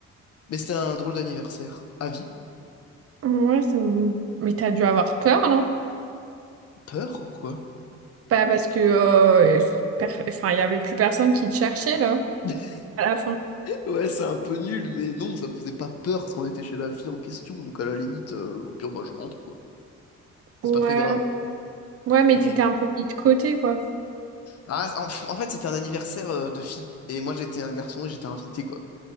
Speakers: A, on the left (about 55°); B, on the right (about 50°).
A: Mais c'était un drôle d'anniversaire. À vie.
B: Ouais, c'est- mais t'as dû avoir peur, non?
A: Peur? Pourquoi?
B: Bah, parce que euh, per- enfin, il y avait plus personne qui te cherchait, là,
A: <laughs>
B: à la fin.
A: Ouais, c'est un peu nul, mais non, ça me faisait pas peur parce qu'on était chez la fille en question, donc à la limite, euh, au pire, bah, je rentre, quoi. C'est
B: Ouais,
A: pas très grave.
B: ouais, mais t'étais
A: Mais.
B: un peu mis de côté, quoi.
A: Ah, en, en fait, c'était un anniversaire euh, de fille, et moi j'étais un garçon et j'étais invité, quoi.